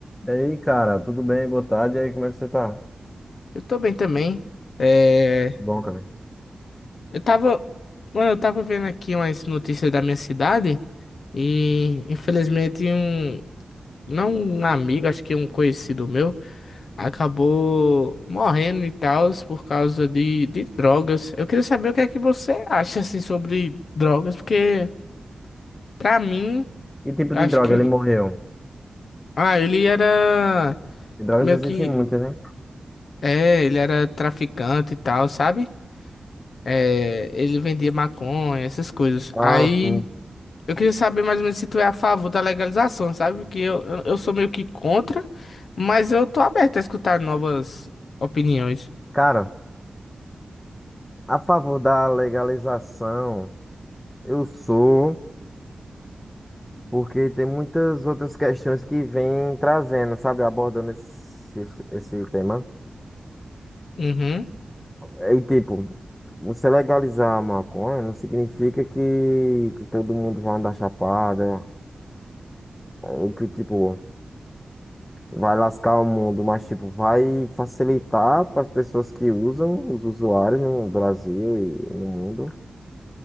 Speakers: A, on the left (about 20°); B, on the left (about 75°).
A: E aí, cara, tudo bem? Boa tarde. E aí, como é que você tá?
B: Eu tô bem também. É,
A: Bom, cara.
B: eu tava, mano, eu tava vendo aqui umas notícias da minha cidade e infelizmente um, não um amigo, acho que um conhecido meu, acabou morrendo e tal por causa de, de drogas. Eu queria saber o que é que você acha assim sobre drogas, porque pra mim,
A: Que tipo
B: acho
A: de droga
B: que
A: ele morreu?
B: ah, ele era
A: De drogas
B: meio
A: existem
B: que
A: muitas, né?
B: é, ele era traficante e tal, sabe? É, ele vendia maconha, essas coisas.
A: Ah,
B: Aí
A: sim.
B: eu queria saber mais ou menos se tu é a favor da legalização, sabe? Que eu, eu, eu sou meio que contra, mas eu tô aberto a escutar novas opiniões.
A: Cara, a favor da legalização, eu sou, porque tem muitas outras questões que vêm trazendo, sabe, abordando esse, esse tema.
B: Uhum.
A: E tipo, você legalizar a maconha não significa que, que todo mundo vai andar chapada, ou que tipo, vai lascar o mundo, mas tipo, vai facilitar para as pessoas que usam, os usuários no Brasil e no mundo.